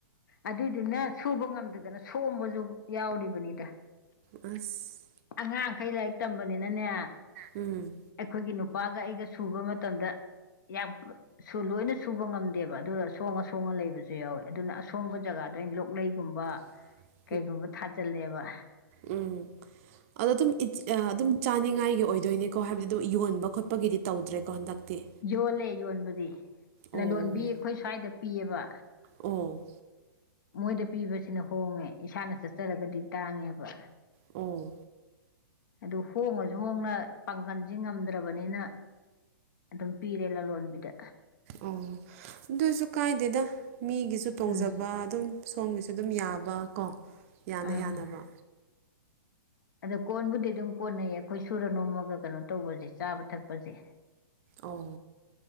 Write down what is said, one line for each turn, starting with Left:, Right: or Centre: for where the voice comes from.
Left: ꯑꯗꯨꯏꯗꯨꯅ ꯁꯨꯕ ꯉꯝꯗꯗꯅ ꯁꯣꯡꯕꯁꯨ ꯌꯥꯎꯔꯤꯕꯅꯤꯗ
Right: ꯑꯁ
Left: ꯑꯉꯥꯡꯈꯩ ꯂꯥꯏꯔꯤꯛ ꯇꯝꯕꯅꯤꯅꯅꯦ
Right: ꯎꯝ
Left: ꯑꯩꯈꯣꯏꯒꯤ ꯅꯨꯄꯥꯒ ꯑꯩꯒ ꯁꯨꯕ ꯃꯇꯝꯗ ꯌꯥꯝ ꯁꯨ ꯂꯣꯏꯅ ꯁꯨꯕ ꯉꯝꯗꯦꯕ ꯑꯗꯨꯗ ꯁꯣꯡꯉ ꯁꯣꯡꯉ ꯂꯩꯕꯁꯨ ꯌꯥꯎꯋꯦ ꯑꯗꯨꯅ ꯑꯁꯣꯡꯕ ꯖꯒꯥꯗ ꯒꯤ ꯑꯩꯅ ꯂꯣꯛꯂꯩꯒꯨꯝꯕ
Right: <inaudible>
Left: ꯀꯩꯒꯨꯝꯕ ꯊꯥꯖꯤꯜꯂꯦꯕ
Right: ꯎꯝ ꯑꯗꯣ ꯑꯗꯨꯝ ꯑꯗꯨꯝ ꯆꯥꯅꯤꯡꯉꯥꯏꯒꯤ ꯑꯣꯏꯗꯣꯏꯅꯤꯀꯣ ꯍꯥꯏꯕꯗꯤ ꯑꯗꯨꯝ ꯌꯣꯟꯕ ꯈꯣꯠꯄꯒꯤꯗꯤ ꯇꯧꯗ꯭ꯔꯦꯀꯣ ꯍꯟꯗꯛꯇꯤ
Left: ꯌꯣꯜꯂꯦ ꯌꯣꯟꯕꯗꯤ ꯂꯂꯣꯟꯕꯤ
Right: ꯑꯣ
Left: ꯑꯩꯈꯣꯏ ꯁ꯭ꯋꯥꯏꯗ ꯄꯤꯌꯦꯕ
Right: ꯑꯣ
Left: ꯃꯣꯏꯗ ꯄꯤꯕꯁꯤꯅ ꯍꯣꯡꯉꯦ ꯏꯁꯥꯅ ꯆꯠꯆꯔꯒꯗꯤ ꯇꯥꯡꯉꯦꯕ
Right: ꯑꯣ
Left: ꯑꯗꯨ ꯍꯣꯡꯉꯁꯨ ꯍꯣꯡꯅ ꯄꯥꯡꯒꯟꯁꯤ ꯉꯝꯗ꯭ꯔꯕꯅꯤꯅ ꯑꯗꯨꯝ ꯄꯤꯔꯦ ꯂꯂꯣꯟꯕꯤꯗ
Right: ꯑꯣ ꯑꯗꯨꯁꯨ ꯀꯥꯏꯗꯦꯗ ꯃꯤꯒꯤꯁꯨ ꯇꯣꯡꯖꯕ
Left: ꯎꯝ
Right: ꯑꯗꯨꯝ ꯁꯣꯝꯒꯤꯁꯦ ꯑꯗꯨꯝ ꯌꯥꯕ ꯀꯣ ꯌꯥꯅ
Left: ꯑꯥ
Right: ꯌꯥꯅꯕ
Left: ꯑꯗꯣ ꯀꯣꯟꯕꯨꯗꯤ ꯑꯗꯨꯝ ꯀꯣꯟꯅꯩꯌꯦ ꯑꯈꯣꯏ ꯁꯨꯔ ꯅꯣꯝꯃꯒ ꯀꯩꯅꯣ ꯇꯧꯕꯖꯦ ꯆꯥꯕ ꯊꯛꯄꯖꯦ
Right: ꯑꯣ